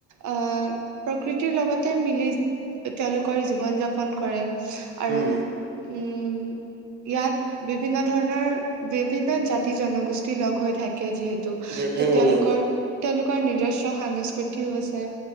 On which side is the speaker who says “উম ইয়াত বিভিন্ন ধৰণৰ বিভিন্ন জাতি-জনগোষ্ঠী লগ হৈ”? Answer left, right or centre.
Right